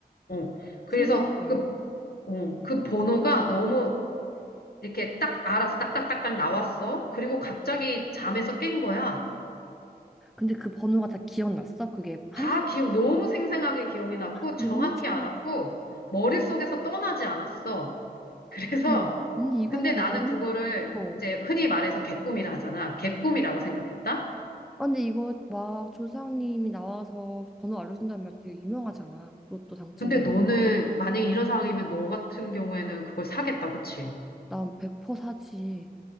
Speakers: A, on the left; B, in the centre.
A: 어. 그래서
B: 신기해.
A: 그, 어, 그 번호가 너무 이렇게 딱 알아서 딱딱딱딱 나왔어. 그리고 갑자기 잠에서 깬 거야.
B: 근데 그 번호가 다 기억났어? 그게 한두
A: 다
B: 개.
A: 기억, 너무 생생하게 기억이 났고,
B: 너무
A: 정확히
B: 신기해.
A: 알았고, 머릿속에서 떠나지 않았어. <laughs> 그래서,
B: 어머, 언니 이거는
A: 근데 나는
B: 너무.
A: 그거를
B: 어.
A: 이제 흔히 말해서 개꿈이라 하잖아. 개꿈이라고 생각했다?
B: 아, 근데 이거 막 조상님이 나와서 번호 알려준다는 말 되게 유명하잖아. 로또 당첨은.
A: 근데 너는, 만약에 이런 상황이면 너 같은 경우에는 그걸 사겠다, 그치?
B: 난 100% 사지.